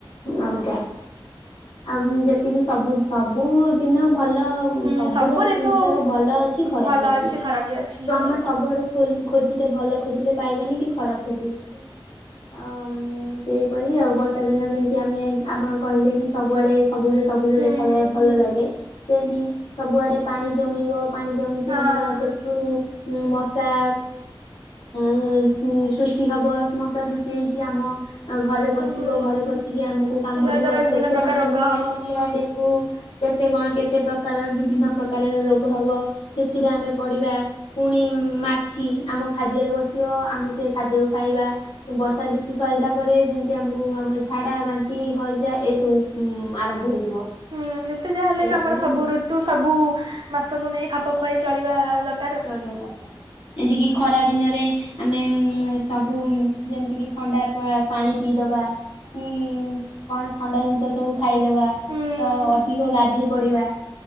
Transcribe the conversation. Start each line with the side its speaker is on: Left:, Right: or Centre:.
Left: ଅଲଗା ଆଉ ଯେତିକି ସବୁ ସବୁଦିନ ଭଲ
Right: ହୁଁ
Left: ସବୁର
Right: ସବୁ ଋତୁ
Left: ଜିନିଷର ଭଲ ଅଛି ଖରାପ
Right: ଭଲ
Left: ଅଛି ତ
Right: ଖରାପ ବି ଅଛି ହୁଁ
Left: ଆମେ ସବୁଆଡକୁ ଖୋଲି ଖୋଜିଲେ ଭଲ ଖୋଜିଲେ ପାଇବାନି କି ଖରାପ ଖୋଜିବେ ପାଇ ଅମ୍ ସେଇପରି ଆଉ ବର୍ଷା ଦିନ ଯେମ୍ତି ଆମେ ଆପଣ କହିଲେ କି ସବୁଆଡେ ସବୁଜ ସବୁଜ
Right: ହୁଁ
Left: ଦେଖାଯାଏ ଭଲ ଲାଗେ। ସେମିତି ସବୁଆଡେ ପାଣି ଜମିବ ପାଣି ଜମିକି
Right: ହଁ
Left: ଆମର ସେଠୁ ମଶା ଅ ସୃଷ୍ଟି ହବ ମଶା ସୃଷ୍ଟି ହେଇକି ଆମ ଘରେ ପଶିବ
Right: ହୁଁ
Left: ଘରେ ପଶିକି ଆମକୁ କାମୁଡିବ
Right: ଯାହା ଦ୍ଵାରା ବିଭିନ୍ନ
Left: ସେଥିରେ
Right: ପ୍ରକାର
Left: ଆମର
Right: ରୋଗ
Left: ମ୍ୟାଲେରିଆ
Right: ହବ
Left: ଡେ ଙ୍ଗୁ କେତେ କଣ କେତେ ପ୍ରକାର ବିଭିନ୍ନ ପ୍ରକାରର ରୋଗ ହବ। ସେଥିରେ ଆମେ ପଡିବା। ପୁଣି ମାଛି ଆମ ଖାଦ୍ୟରେ ବସିବ ଆମେ ସେ ଖାଦ୍ୟକୁ ଖାଇବା। ବର୍ଷା ଋତୁ ସରିଲା ପରେ ଯେମିତି ଆମକୁ ଆମର ଝାଡ଼ା ବାନ୍ତି ହଇଯା ଏସବୁ ଆରମ୍ଭ ହୋଇଯିବ।
Right: ହୁଁ ଯେତେ ଯାହା ହେଲେ
Left: ସେହିପରି
Right: ବି ଆମର ସବୁ
Left: ଜିନିଷ
Right: ଋତୁ ସବୁ ମାସକୁ ନେଇ ଖାପ ଖୁଆଇ ଚଳିବା ଦର
Left: ଚଳେଇଦବା। ଏମତି କିି ଖରା ଦିନରେ ଆମେ ସବୁ ଯେମିତିକି ଥଣ୍ଡା ପା ପାଣି ପିଇଦବା। କି କଣ ଥଣ୍ଡା ଜିନିଷ ସବୁ ଖାଇଦେବା
Right: ହୁଁ
Left: ତ ଅଧିକ ଗାଧେଇ ପଡ଼ିବା।